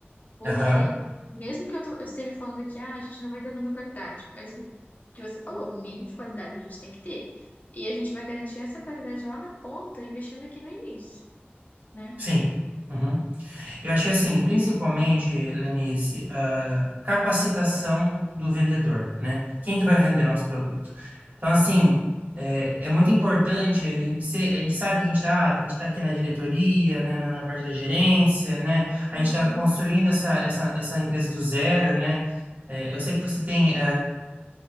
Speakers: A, on the left (about 40°); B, on the right (about 45°).
A: Porque,
B: Aham,
A: mesmo que eu, tô- eu esteja falando que ah, a gente não vai ter tanta qualidade, mas o que você falou, o mínimo de qualidade a gente tem que ter. E a gente vai garantir essa qualidade lá na ponta, investindo aqui no início, né?
B: Sim. Uhum. Eu achei assim, principalmente, Lenice, ah, capacitação do vendedor, né? Quem que vai vender nosso produto? Então, assim, é, é muito importante, a gente, ser- a gente sabe que a gente está, a gente está aqui na diretoria, né? Na, na parte da gerência, né? A
A: Uhum.
B: gente está construindo essa, essa, essa empresa do zero, né? É, eu sei que você tem